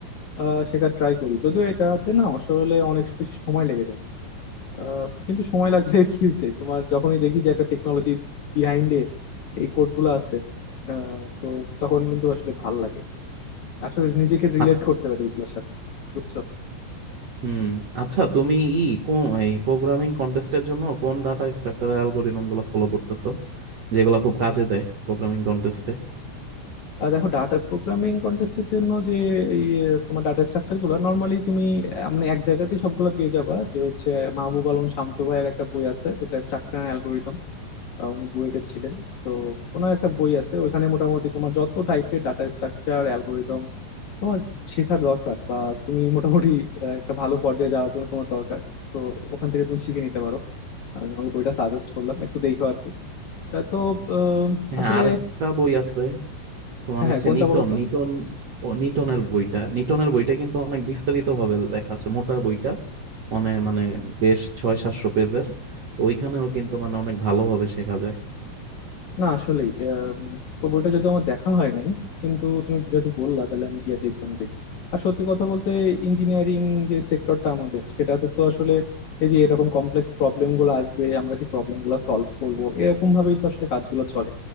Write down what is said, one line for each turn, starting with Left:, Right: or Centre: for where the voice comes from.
Left: আহ, শেখার ট্রাই করি যদিও এটাতে না আসলে অনেক বেশি সময় লেগে যায় আহ, কিন্তু সময় লাগলে <laughs> কি হয়েছে তোমার যখনই দেখি যে একটা টেকনোলজির বিহাইন্ডে এই কোডগুলো আছে আহ, তো তখন কিন্তু আসলে ভাল লাগে তো আসলে নিজেকে রিলেট
Right: আ-
Left: করতে পারি ওইগুলোর সাথে বুঝছো
Right: হুম আচ্ছা তুমি ই কোন এই প্রোগ্রামিং কন্টেস্টের জন্য কোন ডাটা স্ট্রাকচার অ্যালগোরিদম গুলো ফলো করতেছো যেগুলো খুব কাজে দেয় প্রোগ্রামিং কন্টেস্টে
Left: আহ দেখো ডাটা প্রোগ্রামিং কন্টেস্টের জন্য যে এই আহ, তোমার ডাটা স্ট্রাকচার গুলো নর্মালি তুমি আহ, মানে এক জায়গাতেই সবগুলো পেয়ে যাবা যে হচ্ছে মাহবুব আলম শান্ত ভাইয়ের একটা বই আছে যেটা স্ট্রাকচার অ্যান্ড অ্যালগোরিদম উনি বুয়েটে ছিলেন তো ওনার একটা বই আছে ওইখানে মোটামুটি তোমার যত টাইপের ডাটা স্ট্রাকচার অ্যালগোরিদম তোমার শেখার দরকার বা তুমি মোটামুটি আহ, একটা ভালো পর্যায়ে যাওয়ার জন্য তোমার দরকার তো ওখান থেকে তুমি শিখে নিতে পারো আমি তোমাকে বইটা সাজেস্ট করলাম একটু দেখো আর কি আহ, তো আহ,
Right: হ্যাঁ
Left: আসলে
Right: আরেকটা বই আছে তোমার
Left: হ্যাঁ
Right: হচ্ছে
Left: হ্যাঁ কোনটা
Right: নিটন
Left: বলো তো
Right: নিটন ও নিটনের বইটা নিটনের বইটা কিন্তু অনেক বিস্তারিত ভাবে লেখা আছে মোটা বইটা অনেক মানে বেশ ছয় সাতশো পেজের তো ওইখানেও কিন্তু মানে অনেক ভালোভাবে শেখা যায়
Left: না আসলেই আম, ওই বইটা যদি আমার দেখা হয় নাই কিন্তু তুমি যেহেতু বললা তাহলে আমি গিয়ে দেখবানি দেখি আর সত্যি কথা বলতে ইঞ্জিনিয়ারিং যে সেক্টরটা আমাদের সেটাতে তো আসলে এই যে এরকম কমপ্লেক্স প্রবলেম গুলো আসবে আমরা যে প্রবলেম গুলো সলভ করব এরকম ভাবেই তো আসলে কাজগুলো চলে